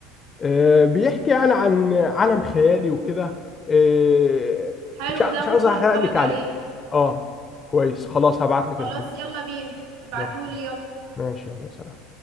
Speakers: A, on the left; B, on the right.
A: آه، بيحكي يعني عن عالم خيالي وكده آه،
B: حلو
A: مش ع-
B: ده
A: مش
B: ممكن
A: عاوز احرق
B: اتفرج
A: لك عليه
B: عليه
A: اه كويس خلاص هبعت لك
B: خلاص
A: اللينك
B: يلا بينا ابعتولي
A: ماشي
B: يلا
A: ماشي يلا سلام